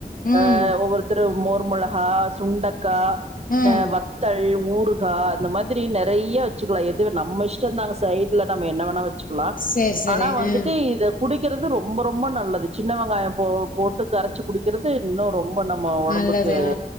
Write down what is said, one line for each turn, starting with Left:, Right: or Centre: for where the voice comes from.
Left: ம்
Right: அ ஒவ்வொருத்தரு மோர் மொளகா சுண்டக்கா
Left: ம்
Right: அ வத்த த்தல் ஊறுகா இந்த மாதிரி நறையா வச்சுக்கலா எது நம்ம இஷ்டந்தாங்க சைத் இதுல நம்ம என்ன வேணா வச்சுக்கலா
Left: செரி செரி
Right: அனா வந்துட்டு
Left: ம்
Right: இத புடிக்கிறது ரொம்ப ரொம்ப நல்லது சின்ன வெங்காயோ போ போட்டு கரச்சு குடி க்கிறது இன்னு ரொம்ப நம்ம ஒடம்புக்கு
Left: நல்லது ஆ